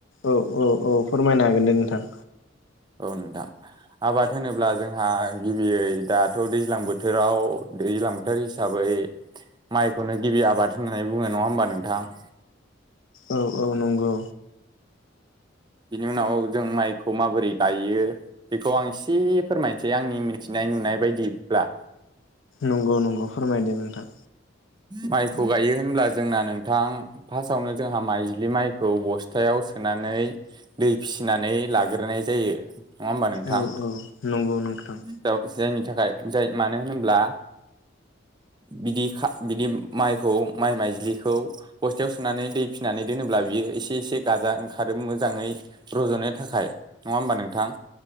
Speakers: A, on the left; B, on the right.
A: औ औ औ फोरमायनो हागोन दे नोंथां
B: औ नोंथां आबाद होनोब्ला जोंहा गिबियै दाथ' दैज्लां बोथोराव दैज्लां बोथोर हिसाबै माइखौनो गिबि आबाद होननानै बुङो नङा होमबा नोंथां <inaudible>
A: औ औ नंगौ।
B: बिनि उनाव जों माइखौ माबोरै गायो बेखौ आं एसे फोरमायनसै आंनि मिथिनाय नुनाय बायदिब्ला।
A: नंगौ नंगौ फोरमायदो नोंथां।
B: माइखौ गायो होनब्ला जोंना नोंथां फार्स्टआवनो जोंहा माइज्लि माइखौ बस्थाया याव सोनानै दै फिसिनानै लाग्रोनाय जायो। नङा होमबा नोंथां
A: औ औ नंगौ नोंथां
B: बेयाव जों थाखाय जाय मानो होनोब्ला बिदि खा बिदि माइखौ माइ माइज्लिखौ बस्थायाव सोनानै दै फिनानै दोनोब्ला बियो एसे एसे गाजा ओंखारो मोजाङै रज'नो थाखाय नङा होमबा नोंथां?